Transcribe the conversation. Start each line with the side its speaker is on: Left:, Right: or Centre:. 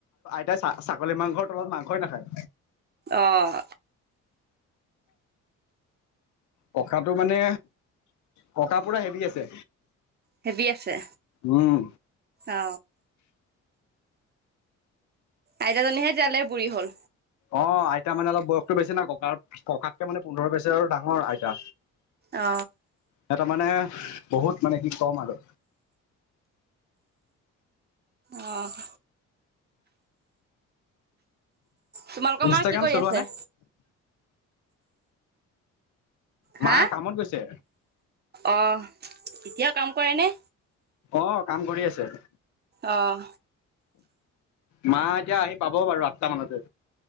Left: <unintelligible> ছাগল মাংৰ তলত মাংস নাখায়।
Right: অহ
Left: ককাটো মানে ককা পুৰা হেভি আছে।
Right: হেভি আছে
Left: উম
Right: অ। আইতাজনীহে জালে বুঢ়ী হল।
Left: অ', আইতা মানে অলপ বয়সটো বেছি ন, ককাৰ, ককাতকে মানে পোন্ধৰ বছৰ ডাঙৰ আইতা।
Right: অ
Left: এ, তাৰ মানে বহুত মানে কি, কম আৰু।
Right: অ' তোমালোকৰ
Left: ইনষ্টাগ্ৰাম
Right: মা কি, কৰি
Left: চলোৱা
Right: আছে?
Left: নে
Right: হা
Left: মা কামত গৈছে।
Right: অ', এতিয়াও কাম কৰেনে?
Left: অ', কাম কৰি আছে।
Right: অ'
Left: মা এতিয়া আহি পাব বাৰু আঠটা মানতে।